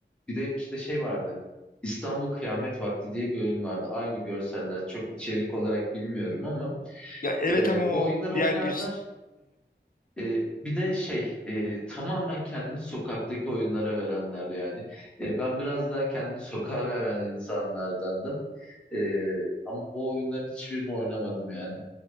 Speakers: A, in the centre; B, on the left (about 50°).
A: Bir de işte şey vardı. İstanbul Kıyamet Vakti diye bir oyun vardı. Aynı görseller çok içerik olarak bilmiyorum ama
B: Ya evet
A: e,
B: ama
A: bu oyunları
B: o diğer
A: oynayanlar
B: üç.
A: e, bir de şey e, tamamen kendini sokaktaki oyunlara verenler yani. E, ben biraz daha kendini sokağa <laughs> veren insanlardandım. E, ama o oyunların hiçbirini oynamadım yani.